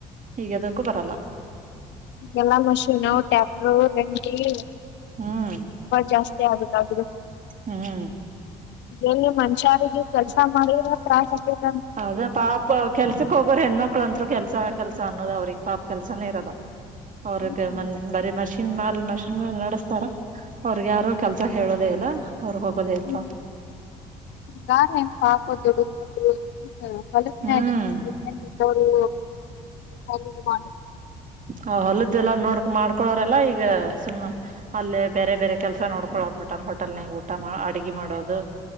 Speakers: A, on the right (about 40°); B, on the left (about 65°).
A: ಹೀಗ ಅದಕ್ಕೂ ಬರಲ್ಲ
B: ಈಗೆಲ್ಲಾ ಮಷೀನು ಟ್ಯಾಕ್ಟರು ರೆಂಟಂತ
A: ಹ್ಮ್
B: ಜಾಸ್ತಿ ಆಗುತ್ತಾದದು
A: ಹ್ಮ್
B: ಎಲ್ಲಿ ಮನುಷ್ಯಿಗೆ ಕೆಲ್ಸ ಮಾಡಿ ತ್ರಾಸ ಆತ
A: ಅದ ಪಾಪ ಕೆಲ್ಸಕ್ ಹೋಗರ ಹೆಣ್ಮಕ್ಳ ಅಂತ್ರು ಕೆಲ್ಸ ಕೆಲ್ಸ ಅನ್ನೋದ ಅವ್ರಿಗೆ ಪಾಪ ಕೆಲ್ಸಾನೇ ಇರದ ಅವ್ರಕ್ಕೆ
B: ಹ್ಮ್
A: ಮೆ ಬರಿ ಮಷಿ ನ್ ಮಾಲ್ ಮಷಿನ್ ಮೇಲೆ ನಡೆಸ್ತಾರ ಅವ್ರಗ್ ಯಾರು ಕೆಲ್ಸ ಹೇಳೋದೇ ಇಲ್ಲ ಅವ್ರು ಹೋಗೋದೇ ಇಲ್
B: ಹ್ಮ್
A: ಪಾಪ
B: ನಿ ಯಾರನ್ ಪಾಪೋದುಡ ಹ ಹೊಲಿನಪೆಇದ್ದವರು
A: ಹ್ಮ್
B: ಹ ಬ
A: ಹ ಅಲ್ಲದ ಎಲ್ಲ ನೋಡ್ ಮಾಡ್ಕೊಳೋರೆಲ್ಲಾ ಈಗ ಸುಮ್ಮ ಅಲ್ಲೇ ಬೇರೆ ಬೇರೆ ಕೆಲ್ಸ ನೋಡ್ಕೊ ಹತ್ಟಾರ ಹೋಟೆಲ್ನಾಗ ಊಟ ಅಡ್ಗ ಮಾಡೋದು